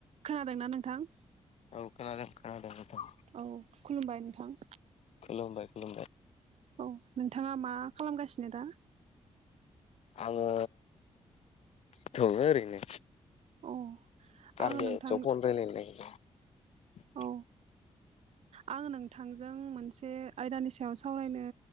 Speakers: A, on the right; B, on the left.
A: खोनादोंना नोंथां?
B: औ खोनादों खोनादों नोंथां।
A: औ खुलुमबाय नोंथां।
B: खुलुमबाय खुलुमबाय।
A: औ नोंथाङा मा खालामगासिनो दा।
B: आंङो दङ ओरैनो।
A: औ
B: <unintelligible>
A: आङो नोंथां औ आं नोंथांजों मोनसे आयदानि सायाव सावरायनो